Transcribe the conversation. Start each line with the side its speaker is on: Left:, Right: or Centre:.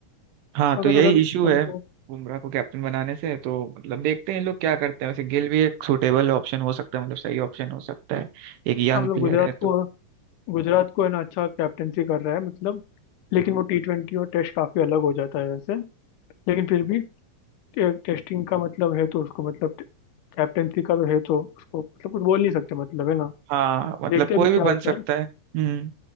Right: हाँ तो
Left: अगर
Right: यही
Left: अगर
Right: इशू
Left: हमको
Right: है बुमराह को कैप्टन बनाने से तो मतलब देखते हैं इन लोग क्या करते हैं वैसे गिल भी एक सूटेबल ऑप्शन हो सकता है मतलब सही ऑप्शन हो सकता है एक यंग
Left: हाँ मतलब
Right: प्लेयर
Left: गुजरात
Right: है
Left: को
Right: तो
Left: गुजरात को है ना अच्छा कैप्टेंसी कर रहा है मतलब लेकिन वो टी ट्वेंटी और टेस्ट काफी अलग हो जाता है वैसे लेकिन फिर भी टे, टेस्टिंग का मतलब है तो उसको मतलब कैप्टेंसी का तो है तो उसको मतलब कुछ बोल नहीं सकते मतलब है ना
Right: हाँ मतलब
Left: देखते
Right: कोई
Left: हैं अभी
Right: भी
Left: क्या
Right: बन
Left: होता
Right: सकता
Left: है
Right: है हम्म